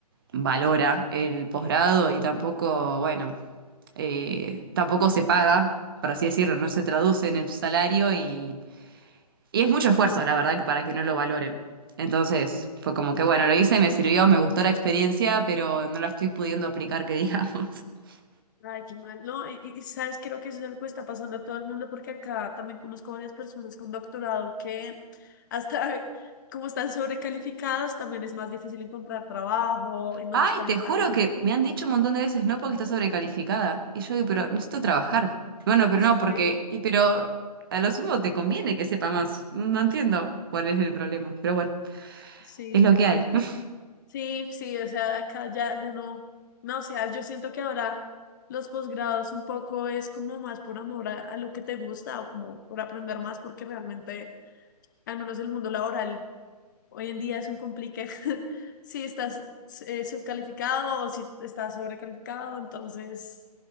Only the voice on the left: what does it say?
Ay, qué mal. No, y, y- y sabes, creo que eso es algo que está pasando a todo el mundo porque acá también conozco varias personas con doctorado que hasta <laughs> como están sobrecalificados, también es más difícil encontrar trabajo y no
los pagan
tan
bien.
Es
increíble.
Sí,
qué
mal.
Sí, sí, o sea, acá ya, ya no, no, o sea, yo siento que ahora los posgrados un poco es como más por amor a, a lo que te gusta o como por aprender más, porque realmente, al menos el mundo laboral hoy en día es un complique <laughs> si estás eh, subcalificado o si estás sobrecalificado, entonces,